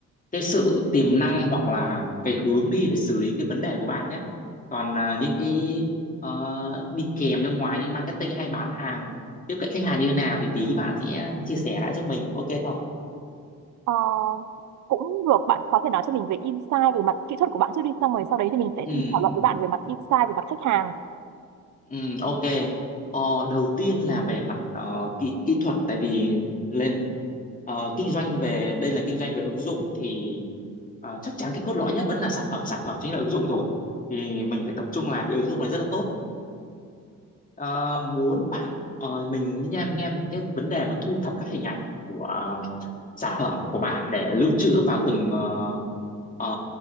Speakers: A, on the left; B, on the right.
A: cái sự tiềm năng hoặc là cái hướng đi để xử lý cái vấn đề của bạn nhé còn à, những cái ờ, đi kèm bên ngoài như marketing hay bán hàng tiếp cận khách hàng như thế nào thì tí bạn sẽ chia sẻ lại giúp mình ok không
B: Ờ, cũng được bạn có thể nói cho mình về insight về mặt kỹ thuật của bạn trước đi xong rồi sau đấy thì mình sẽ
A: ừ
B: cùng thảo luận với bạn về mặt insight về mặt khách hàng
A: Ừ, ok. Ờ, đầu tiên là về mặt ờ, kỹ kỹ thuật tại vì lên ờ, kinh doanh về đây là kinh doanh về ứng dụng thì ờ, chắc chắn cái cốt lõi nhất vẫn là sản phẩm sản phẩm chính là ứng dụng rồi thì mình phải tập trung làm cái ứng dụng này rất là tốt Ờ, muốn bạn ờ, mình nghe em nghe cái vấn đề mà thu thập các hình ảnh của ờ, sản phẩm của bạn để lưu trữ vào từng ờ, ờ,